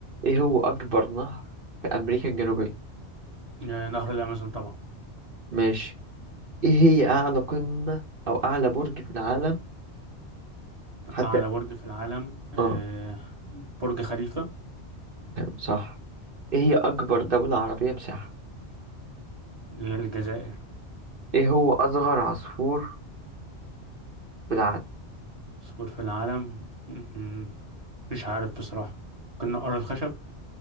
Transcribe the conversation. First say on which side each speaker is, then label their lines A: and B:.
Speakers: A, on the right; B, on the right.
A: إيه هو أكبر نهر في أمريكا الجنوبية
B: آه، نهر الأمازون طبعا
A: ماشي إيه هي أعلى قمة أو أعلى برج في العالم حتى
B: أعلى برج في العالم آه،
A: آه
B: برج خليفة
A: تمام صح إيه هي أكبر دولة عربية مساحة
B: اللي هي الجزائر
A: إيه هو أصغر عصفور في العالم
B: سور في العالم م- مش عارف بصراحة ممكن نقر الخشب